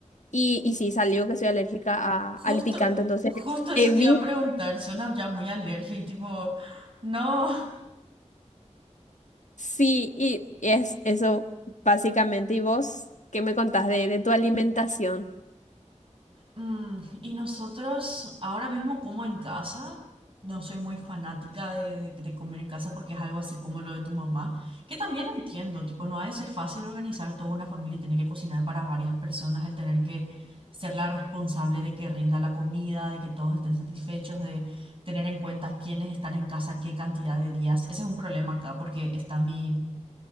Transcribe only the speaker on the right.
Justo,
justo eso
te iba a preguntar. Suena ya muy alergia y tipo, no.
Mm, y nosotros ahora mismo como en casa, no soy muy fanática de, de- de comer en casa porque es algo así como lo de tu mamá, que también entiendo, tipo, no ha de ser fácil organizar toda una familia y tener que cocinar para varias personas, el tener que ser la responsable de que rinda la comida, de que todos estén satisfechos, de tener en cuenta quiénes están en casa, qué cantidad de días. Ese es un problema acá porque está mi,